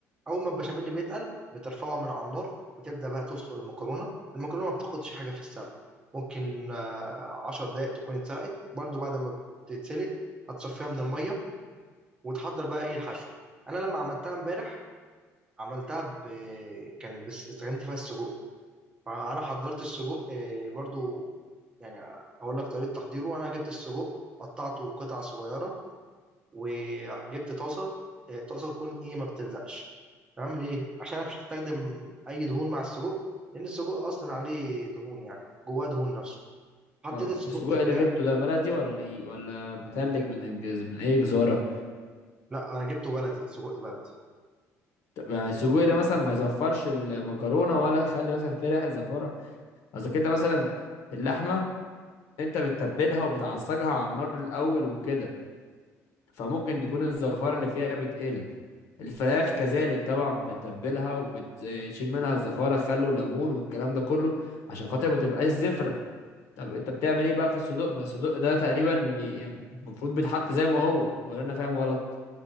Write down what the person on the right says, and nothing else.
اول ما البشاميل بيتقل بترفعه من على النار وتبدا بقى تسلق المكرونه المكرونه ما بتاخدش حاجه في السلق ممكن آه، عشر دقائق تكون اتسلقت برضو بعد ما بتتسلق هتصفيها من الميه وتحضر بقى ايه الحشو انا لما عملتها امبارح عملتها ب... كانت بس استخدمت فيها السجق فانا حضرت السجق آه، برضو يعني اقول لك طريقه تحضيره انا جبت السجق قطعته قطع صغيره وجبت طاسه آه، طاسه تكون ايه ما بتلزقش تمام ليه عشان انا مش هستخدم اي دهون مع السجق لان السجق اصلا عليه دهون يعني جواه دهون نفسه حطيت
السجق
بتاعي
لا انا جبته بلدي سجق بلدي